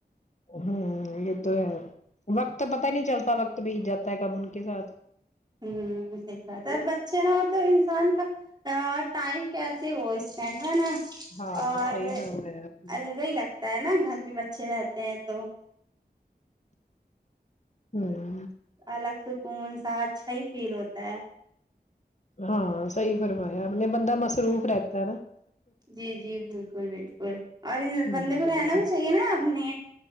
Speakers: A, on the left (about 45°); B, on the right (about 25°).
A: ھمم یہ تو ہے وقت پتا نہیں چلتا وقت بیت جاتا ہے کب ان کے ساتھ
B: ھمم صحیح بات ہے اور بچے نہ ہو تو انسان کا ٹائم کیسے وہ اسپینڈ ہے نا
A: ہاں
B: اور
A: صحیح فرمایا آپ نے
B: الگ ہی لگتا ہے نا گھر پہ بچے رہتے ہیں تو
A: ھمم
B: الگ سکون سا اچھا ہی فیل ہوتا ہے
A: ہاں صحیح فرمایا میں نے بندہ مصروف رہتا ہے نا
B: جی جی بالکل بالکل اور ان
A: ہوں
B: بندے کو رہنا بھی چاہیے نا اپنے